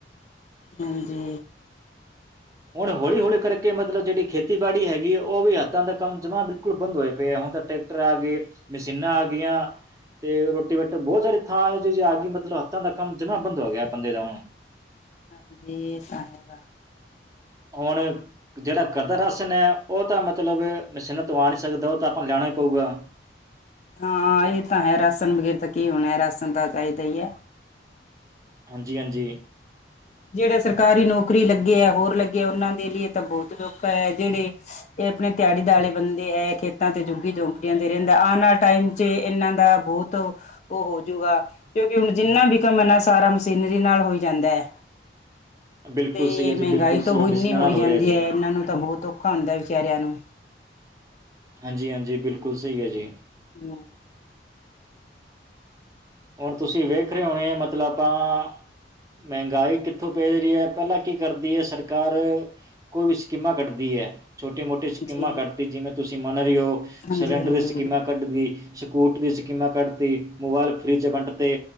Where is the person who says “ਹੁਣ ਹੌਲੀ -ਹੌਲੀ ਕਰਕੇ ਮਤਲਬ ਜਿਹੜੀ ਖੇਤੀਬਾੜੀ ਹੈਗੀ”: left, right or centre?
Right